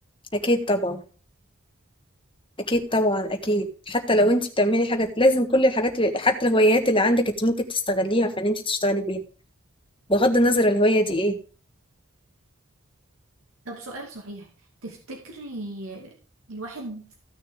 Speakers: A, on the left; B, on the right.
A: اكيد طبعا اكيد طبعا اكيد حتى لو انت بتعملي حاجه لازم كل الحاجات اللي حتى الهوايات اللي عندك انت ممكن تستغليها فان انت تشتغلي بيها بغض النظر الهوايه دي ايه
B: طب سؤال صحيح تفتكري الواحد